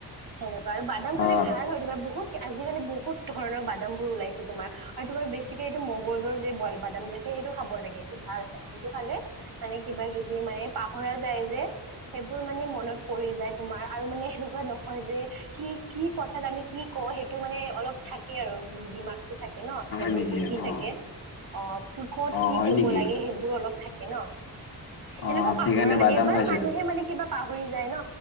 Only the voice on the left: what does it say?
অ
হয়
নেকি?
অ
অ
হয়
নেকি?
অ
সেইকাৰণে
বাদাম
খাইছিল